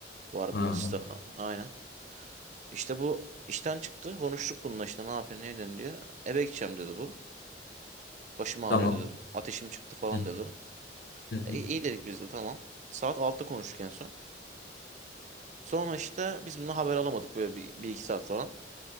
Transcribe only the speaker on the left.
Ha
tamam.
Hı
hı. hı.